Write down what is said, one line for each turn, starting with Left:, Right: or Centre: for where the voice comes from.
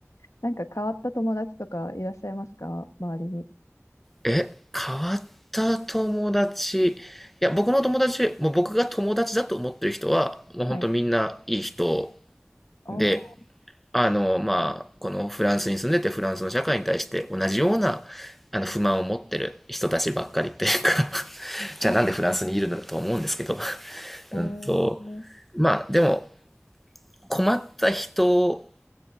Left: なんか変わった友達とかいらっしゃいますか周りに。
Centre: え、変わった友達。いや、僕の友達、もう僕が友達だと思ってる人は、もう本当みんないい人
Left: はい。おー、
Centre: で、あの、まあ、このフランスに住んでてフランスの社会に対して同じようなあの不満を持ってる人たちばっかりっていうか <laughs> じゃあなんでフランスにいるのだと思うんですけど
Left: あ
Centre: <laughs>
Left: ー、
Centre: うんと
Left: へえ。
Centre: <laughs>、まあでも困った人、